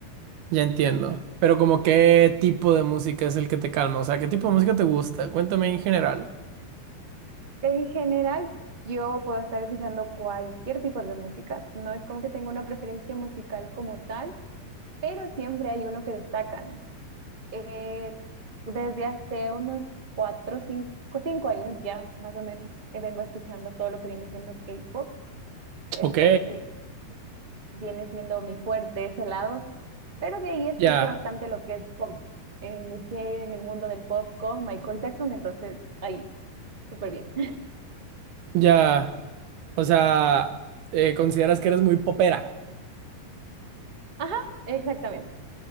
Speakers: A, on the right; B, on the right.
A: ya entiendo. Pero como qué tipo de música es el que te calma, o sea, ¿qué tipo de música te gusta? Cuéntame en general.
B: En general, yo puedo estar escuchando cualquier tipo de música. No es como que tenga una preferencia musical como tal, pero siempre hay uno que destaca, ¿no? Eh, desde hace unos cuatro, cinco, cinco años ya, más o menos, eh, vengo escuchando todo lo que viene siendo K-pop. Entonces,
A: Ok,
B: viene siendo mi fuerte ese lado, pero de ahí escucho
A: ya,
B: bastante lo que es pop. Eh, inicié en el mundo del pop con Michael Jackson, entonces ahí, súper bien.
A: ya. O sea, eh, ¿consideras que eres muy popera?
B: Ajá, exactamente.